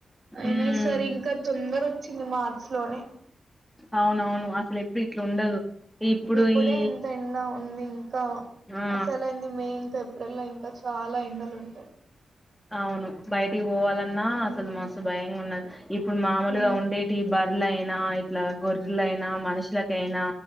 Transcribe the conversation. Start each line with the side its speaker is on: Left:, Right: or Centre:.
Right: అయినా
Centre: ఉమ్
Right: ఈ సరీ ఇంకా తొందరోచ్చింది మార్చ్ లోనే
Centre: అవునవును అసలు ఎప్పుడు ఇట్లా ఉండదు. ఇప్పుడు
Right: ఇప్పుడే
Centre: ఈ
Right: ఇంత ఎండ ఉంది ఇంకా
Centre: ఆ
Right: అసలుయింది మే ఇంకా ఏప్రిల్ లో ఇంకా చాలా ఎండలు ఉంటాయి.
Centre: అవును బయటికి పోవ ఆహ్
Right: ఉమ్
Centre: అసలు మస్తు భయంగా ఉన్నది ఇప్పుడు మామూలుగా
Right: ఉమ్
Centre: ఉండేటి బర్లా అ ఇట్లా గొర్రెలయినా మనుషులకైనా